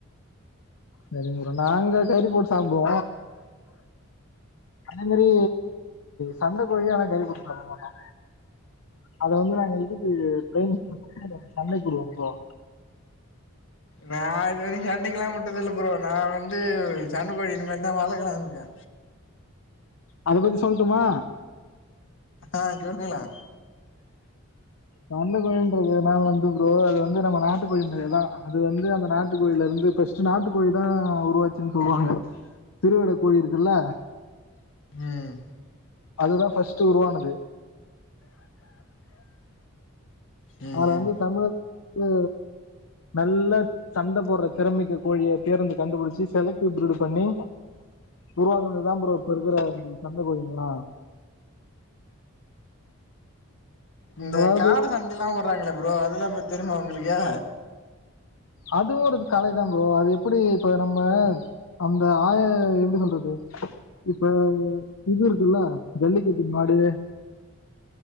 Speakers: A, on the left; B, on the left.
A: நெஜோங்களா நாங்க கறி போட்டு சாப்டுவோ அதே மாரி சண்ட கோழியானா கறி போட்டு சாப்ட மாட்டோ அத வந்து நாங்க இதுக்கு ட்ரைனிங் கொடுத்து சண்டக்குடுவே ப்ரோ
B: நா இது வரைக்கு சண்டைக்கெல்லா உட்டதில்ல ப்ரோ நா வந்து சண்ட கோழி இனிமேதா வழக்கலாணு இருக்கே
A: அத பத்தி சொல்ட்டுமா
B: ஆ சொல்லுங்கன்னா
A: சண்ட கோழின்றதுனா வந்து ப்ரோ அது வந்து நம்ம நாட்டு கோழி மாரியேதா அது வந்து அந்த நாட்டு கோழில இருந்து ஃபஸ்ட் நாட்டு கோழிதா உருவாச் ச்சுன் சொல்லுவாங்க திருவிட கோழி இருக்குல்ல
B: ம்
A: அதுதா ஃபர்ஸ்ட் உருவானது
B: ம்
A: அதுல வந்து
B: ம்
A: தமிழர்க்கு நல்ல சண்ட போடுற திறமைக்கே கோழிய தேர்ந்து கண்டுபிடிச்சு செலக்ட்டிவ் ப்ரீடு பண்ணி உருவானது தா ப்ரோ இப்ப இருக்கற சண்ட கோலிங்களா
B: இந்த
A: அதாவது
B: காட சண்ட எல்லா உட்றாங்கல்ல ப்ரோ அதெல்லாமே தெரிமே உங்களுக்கே
A: அதுவு ஒரு கலைதா ப்ரோ அது எப்படி இப்ப நம்ப அந்த ஆ எப்டி சொல்றது இப் இப்ப இது இருக்குல்ல ஜல்லிக்கட்டு மாடுக